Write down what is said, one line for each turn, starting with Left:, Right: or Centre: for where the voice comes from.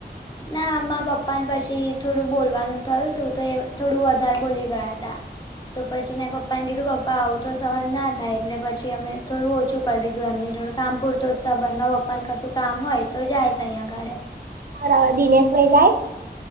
Left: ના મારા પપ્પા ને પછી થોડું બોલવાનું થયું તું તો એ થોડું વધારે બોલી ગયા તા તો પછી મેં પપ્પા ને કીધું પપ્પા આવું તો સહન ના થાય એટલે પછી અમે થોડું ઓછું કરી દીધું એમની જોડ કામ પૂરતો જ સાબંધ માં પપ્પાને કશું કામ હોય તો જાય તહીંય અગાડે
Right: મારા દિનેશભાઈ જાય